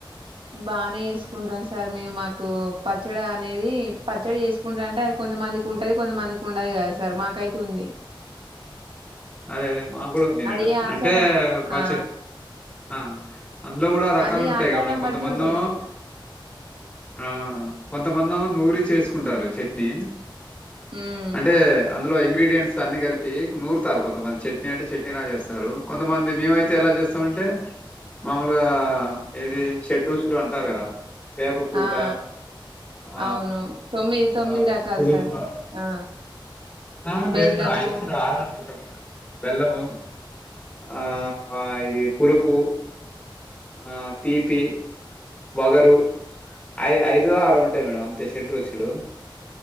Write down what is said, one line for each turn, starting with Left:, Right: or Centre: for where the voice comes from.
Right: బానే చేసుకుంటాం సార్ మేము మాకు పచ్చడి అనేది పచ్చడి చేసుకుంటాం అంటే అది కొ కొంతమందికి ఉంటది కొంతమందికి ఉండదు కదా సార్ మాకైతే ఉంది
Left: అదే అదే మాకు కూడా ఉంది మేడం
Right: అది ఏ ఆచారం
Left: అంటే పచ్చే
Right: ఆ
Left: ఆ అందులో కూడా రకాలు
Right: అది
Left: ఉంటాయి
Right: ఆచారం
Left: కా మేడం కొంతమందొ
Right: బట్టి ఉంటది సార్
Left: ఆ కొంతమందొ నూరి చేసుకుంటారు చట్నీ
Right: ఉమ్
Left: అంటే అందులో ఇంగ్రీడ్ డియన్స్ అన్ని కలిపి నూర్ తార్. కొంతమంది చట్నీ అంటే చట్నీ లా చేస్తారు కొంతమంది మేమైతే ఎలా చేస్తామంటే మామూలుగా ఏది షడ్రుచులు అంటారు కదా వేపపూత
Right: ఆ ఆ
Left: ఆ
Right: అవును తొమ్మిది
Left: ఆ
Right: తొమ్మిది రకాలు
Left: పులుప
Right: సార్ ఆ
Left: ఆ లేదు
Right: బెల్లము
Left: ఐదున్నర ఆరున్నర <inaudible> బెల్లము ఆ ఇది పులుపు అ తీపి వగరు ఐ ఐదో ఆరో ఉంటాయి మేడం అంతే షడ్రుచులు